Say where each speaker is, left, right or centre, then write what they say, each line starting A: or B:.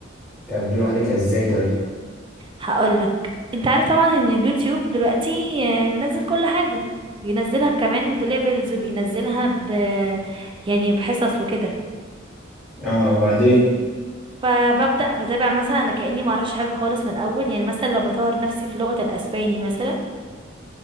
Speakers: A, in the centre; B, on the right.
A: بتعملي لوحدك ازاي طيب
B: هقولك انت عارف طبعا ان اليوتيوب دلوقتي آه، منزل كل حاجة بينزلها كمان بليفلز وبينزلها ب يعني بحصص وكده
A: اه وبعدين
B: فببدأ بتابع مثلا انا كأني معرفش حاجة خالص من الاول يعني مثلا لو بطور نفسي في لغة الاسباني مثلا